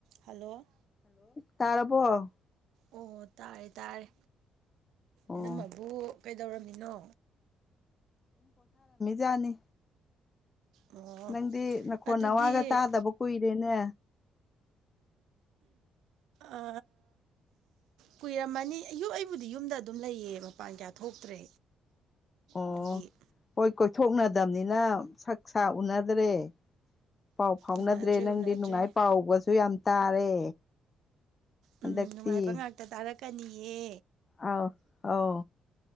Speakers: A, on the right; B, on the left.
A: ꯍꯜꯂꯣ
B: ꯇꯥꯔꯔꯕꯣ
A: ꯑꯣ ꯇꯥꯔꯦ ꯇꯥꯔꯦ
B: ꯑꯣ
A: ꯏꯅꯝꯝꯕꯕꯨ ꯀꯩꯗꯧꯔꯝꯃꯤꯅꯣ
B: ꯌꯥꯅꯤꯦ
A: ꯑꯣ
B: ꯅꯪꯗꯤ ꯅꯈꯣꯟ
A: ꯑꯗꯨꯗꯤ
B: ꯅꯋꯥꯒ ꯇꯥꯗꯕ ꯀꯨꯏꯔꯦꯅꯦ
A: ꯑ ꯀꯨꯏꯔꯝꯃꯅꯤ ꯑꯣ ꯑꯩꯕꯨꯗꯤ ꯌꯨꯝꯗ ꯑꯗꯨꯝ ꯂꯩꯌꯦ ꯃꯄꯥꯟ ꯀꯌꯥ ꯊꯣꯛꯇ꯭ꯔꯦ
B: ꯑꯣ
A: ꯑꯗꯨꯒꯤ
B: ꯍꯣꯏ ꯀꯣꯏꯊꯣꯛꯅ꯫ ꯅꯗꯝꯅꯤꯅ ꯁꯛ ꯁꯥ ꯎꯅꯗ꯭ꯔꯦ꯫ ꯄꯥꯎ ꯐꯥꯎꯅꯗ꯭ꯔꯦ
A: ꯎꯅꯗ꯭ꯔꯦ
B: ꯅꯪꯗꯤ
A: ꯎꯅꯗ꯭ꯔꯦ
B: ꯅꯨꯡꯉꯥꯏ ꯄꯥꯎꯒꯁꯨ ꯌꯥꯝ ꯇꯥꯔꯦ꯫ ꯍꯟꯗꯛꯇꯤ
A: ꯎꯝ ꯅꯨꯡꯉꯥꯏꯕ ꯉꯥꯛꯇ ꯇꯥꯔꯛꯀꯅꯤꯌꯦ꯫
B: ꯑꯥꯎ ꯑꯧ